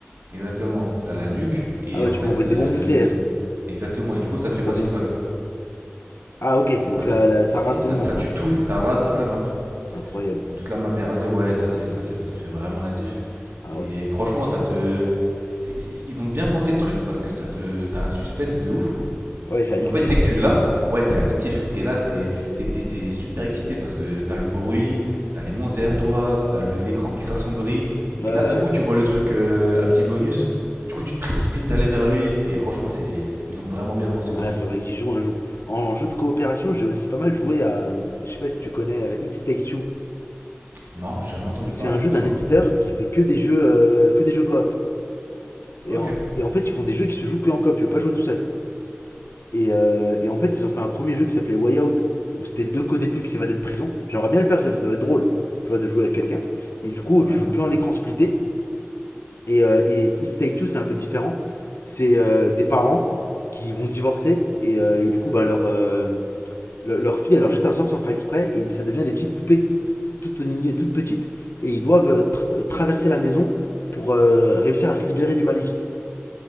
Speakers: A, on the right; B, on the left.
A: Exactement, t'as la nuque. Et
B: Ah ouais,
A: en
B: tu
A: fait,
B: peux envoyer
A: euh,
B: des bombes
A: le,
B: nucléaires.
A: Exactement, et du coup ça te
B: Trop
A: fait passer
B: bien.
A: une vague.
B: Ah ok,
A: Ça te fait
B: donc
A: passer-
B: là, là, ça
A: c'est-
B: rase tout
A: ça,
B: le monde
A: ça
B: quoi.
A: tue tout, ça rase toute la map.
B: Incroyable.
A: Donc toute la map est rasée, ouais, ça, c'est, ça, c'est, ça fait vraiment la diff.
B: Ah
A: Et
B: ouais.
A: franchement, ça te. c'est- c'est- ils ont bien pensé le truc parce que ça te. T'as un suspense de ouf.
B: Ouais, c'est addictif.
A: Et en fait, dès que tu l'as, ouais, t'es addictif. T'es là, t'es, t'es, t'es- t'es super excité parce que t'as le bruit, t'as les monstres derrière toi, t'as le- l'écran qui s'assombrit.
B: Ouais, ouais.
A: Et là, d'un coup,
B: ouais.
A: tu vois le truc, euh, le- un petit bonus. Du coup, tu te précipites d'aller vers lui. Et franchement, c'est, ils ont vraiment bien pensé au
B: Ah,
A: truc.
B: faudrait que j'y joue un jour. En jeu de coopération, j'ai aussi pas mal joué à. Je sais pas si tu connais euh, It Takes Two.
A: Non, jamais entendu
B: C'est c'est
A: parler,
B: un jeu
A: dis-moi.
B: d'un éditeur qui fait que des jeux, euh, que des jeux coop. Et
A: Ok.
B: en, et en fait, ils font des jeux qui se jouent que en coop. Tu veux pas jouer tout seul. Et, euh, et en fait, ils ont fait un premier jeu qui s'appelait Way Out, où c'était deux co-détenus qui s'évadaient de prison. J'aimerais bien le faire, ça doit être drôle, tu vois, de jouer avec quelqu'un. Et du coup,
A: Ouais.
B: tu joues que en écran splitté. Et, euh, et It's Take Two, c'est un peu différent. C'est euh, des parents qui vont divorcer, et, euh, et du coup, bah, leur, euh, le- leur fille, elle leur jette un sort sans faire exprès, et ça devient des petites poupées, toutes, mini- toutes petites, et ils doivent euh, tra- traverser la maison pour euh, réussir à se libérer du maléfice.